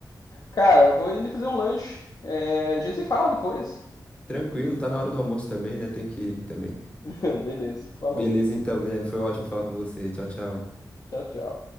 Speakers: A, on the left; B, on the left.
A: Cara, vou ele fazer um lanche. É, a gente se fala depois.
B: Tranquilo, tá na hora do almoço também, né? Tem que ir também.
A: <laughs> Beleza, falou.
B: Beleza, então, Guilherme, foi ótimo falar com você. Tchau, tchau.
A: Tchau, tchau.